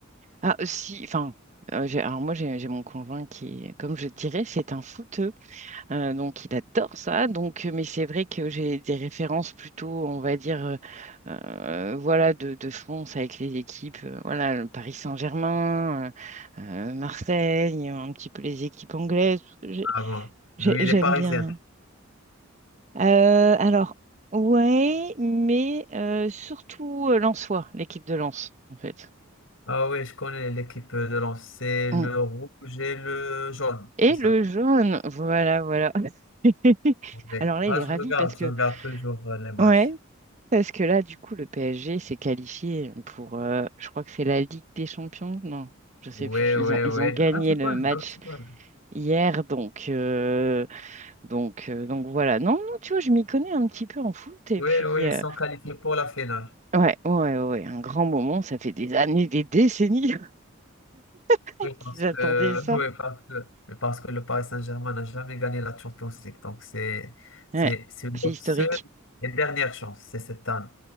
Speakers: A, on the right; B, on the left.
A: ah si, enfin, euh, j'ai- alors moi j'ai j'ai mon conjoint qui, est- comme je te dirais, c'est un foot Euh, donc, il adore ça. Donc, euh, mais c'est vrai que j'ai des références plutôt, on va dire, euh, euh, voilà, de, de France avec les équipes, euh, voilà, le Paris Saint-Germain, euh, euh, Marseille, un petit peu les équipes anglaises. parce que j'ai-
B: Ah bon.
A: j'ai-
B: Lui,
A: j'aime
B: il est parisien.
A: bien. Euh, alors, ouais, mais euh, surtout euh, Lensois, l'équipe de Lens, en fait.
B: Ah oui, je connais l'équipe de Lens. C'est le
A: Mm.
B: rouge et le jaune,
A: Et
B: c'est ça.
A: le jaune, voilà, voilà. <laughs>
B: Ouais.
A: Alors là,
B: Ah,
A: il est
B: je
A: ravi
B: regarde,
A: parce que,
B: je regarde toujours euh, les matchs.
A: ouais. Parce que là, du coup, le PSG s'est qualifié pour, euh, je crois que c'est la Ligue des Champions. Non, je sais
B: Oui,
A: plus.
B: oui,
A: Ils ont,
B: oui.
A: ils ont gagné
B: Non, tu
A: le
B: connais,
A: match
B: donc tu connais.
A: hier, donc, euh, donc, euh, donc voilà. Non, non, tu vois, je m'y connais un petit peu en foot. Et
B: Oui,
A: puis,
B: oui, ils
A: euh,
B: sont qualifiés pour la finale.
A: ouais, ouais, ouais, ouais, un grand moment. Ça fait des années, des décennies <laughs>
B: Oui,
A: qu'ils
B: parce que,
A: attendaient ça.
B: <laughs> oui, parce que, parce que le Paris Saint-Germain n'a jamais gagné la Champions League. Donc, c'est, c'est,
A: Ouais,
B: c'est leur
A: c'est historique.
B: seule et dernière chance, c'est cette année.